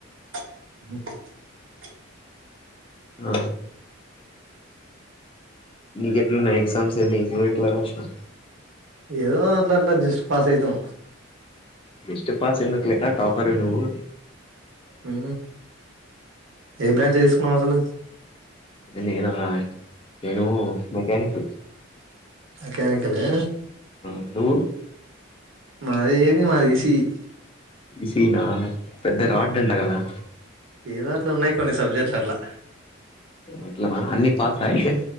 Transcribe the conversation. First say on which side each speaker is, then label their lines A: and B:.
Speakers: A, on the right; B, on the left.
A: హా
B: హా నీకెట్లున్నయ్ ఎగ్జామ్స్ ఎన్ని నువ్వెట్ల రాష్ణవ్
A: ఎదో అట్లా అట్లా జస్ట్ పాస్ అయితం
B: జస్ట్ పాస్ ఎందుకులే నా టాపరే నువ్వు
A: ఉ ఏ బ్రాంచ్ తీసుకున్నవ్ అసలు
B: నేనా నేను మెక్యనిక్
A: మెకానికల్ ఆ
B: హలో
A: మాది ఏంది మాది E C E
B: E C E నా పెద్ద రాడ్డంట కదా
A: ఏదో అట్లా ఉన్నాయి కొన్ని సబ్జెక్ట్లు అట్లా
B: అట్లానా అన్ని పాసా అయితే